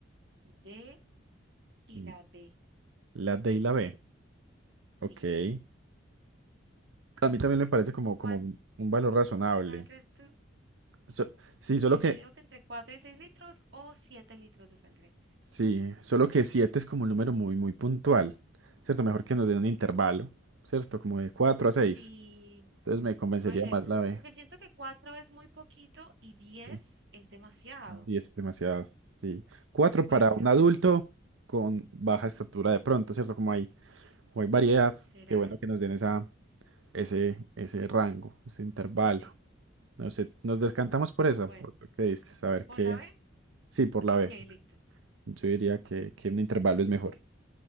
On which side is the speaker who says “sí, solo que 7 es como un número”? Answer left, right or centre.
Right